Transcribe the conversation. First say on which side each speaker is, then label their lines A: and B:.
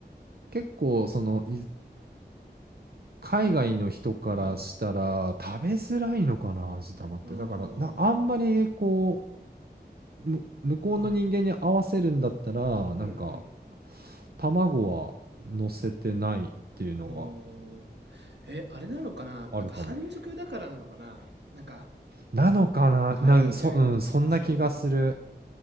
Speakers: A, on the right (about 65°); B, on the right (about 85°).
A: 結構そのい海外の人からしたら食べづらいのかな味玉ってだからなあんまりこ
B: はい。あー。
A: うむ向こうの人間に合わせるんだったらなんか
B: うん、うん。
A: 卵は乗せてないっていうのが
B: あー。え、あれなのかななんか半熟だからなのかななんか、
A: あるかもなのかななそ,、
B: 海外の人ってそ
A: うん、そんな気がする